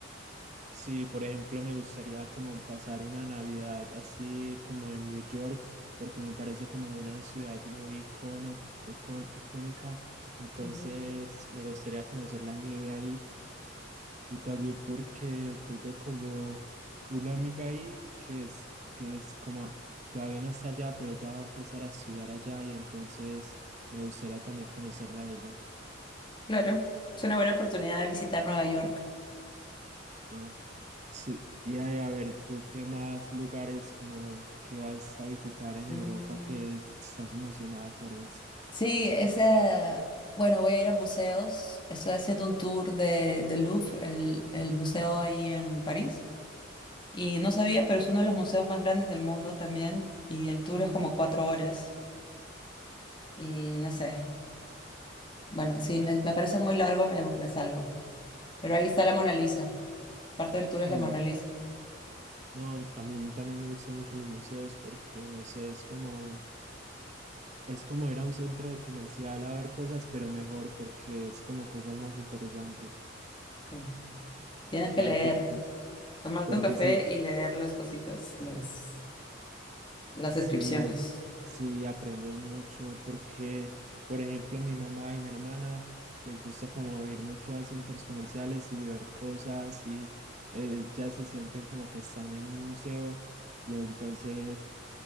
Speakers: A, on the right (about 35°); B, on the left (about 25°).
A: Sí, por ejemplo, me gustaría como pasar una Navidad así como en New York, porque me parece como una ciudad muy icono, icon- icónica. Entonces,
B: Ujú.
A: me gustaría conocer la nieve ahí y también porque tengo como una amiga ahí que es, que es como, todavía no está allá, pero ella va a empezar a estudiar allá y entonces me gustaría también conocerla a ella.
B: Claro, es una buena oportunidad de visitar Nueva York.
A: Ah. Sí, y a, a ver, ¿tú qué más lugares como que vas a visitar en
B: Mm.
A: Europa que estás emocionada por eso?
B: Sí, ese bueno, voy a ir a museos. Estoy haciendo un tour de, del Louvre, el, el museo ahí en París. Y no sabía, pero es uno de los museos más grandes del mundo también. Y el tour es como cuatro horas. Y no sé, bueno, si me, me parece muy largo, me, me salgo. Pero ahí está la Mona Lisa. Parte del
A: Sí,
B: tour es la Mona Lisa.
A: no, a mí también me gustan mucho los museos porque, no sé, es como, es como ir a un centro comercial a ver cosas, pero mejor porque es como cosas más interesantes.
B: Sí. Tienes
A: Claro,
B: que leer,
A: porque,
B: tomarte
A: porque
B: un café
A: sí,
B: y leer las cositas, las, las
A: Sí,
B: descripciones.
A: sí, aprendes mucho porque, por ejemplo, mi mamá y mi hermana les gusta como ir mucho a centros comerciales y ver cosas y eh, ya se sienten como que están en un museo y entonces